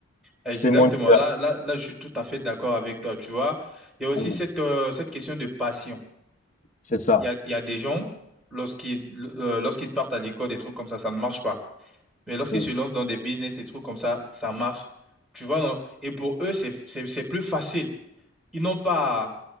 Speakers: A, in the centre; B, on the left (about 35°).
A: Exactement.
B: C'est mon idéal.
A: Là, là, là, je suis tout à fait d'accord avec toi, tu vois. Il y a aussi
B: Oui.
A: cette, euh, cette question de passion.
B: C'est ça.
A: Il y a, il y a des gens, lorsqu'ils euh, lorsqu'ils partent à l'école, des trucs comme ça, ça ne marche pas. Mais lorsqu'ils
B: Oui.
A: se lancent dans des business et trucs comme ça, ça marche. Tu vois, non? Et pour eux, c'est, c'est, c'est plus facile. Ils n'ont pas, à,